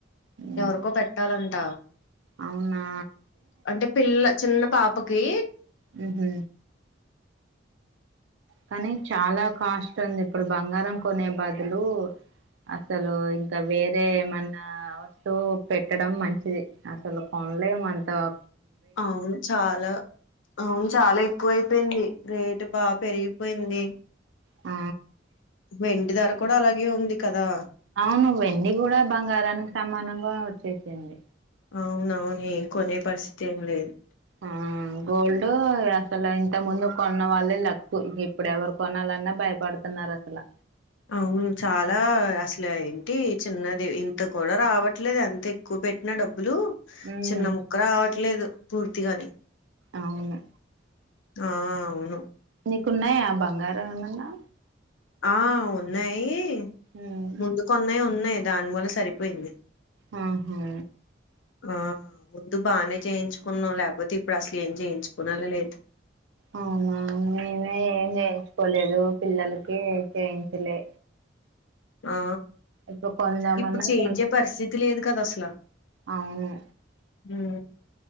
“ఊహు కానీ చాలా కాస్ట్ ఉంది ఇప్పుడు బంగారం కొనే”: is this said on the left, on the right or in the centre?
Right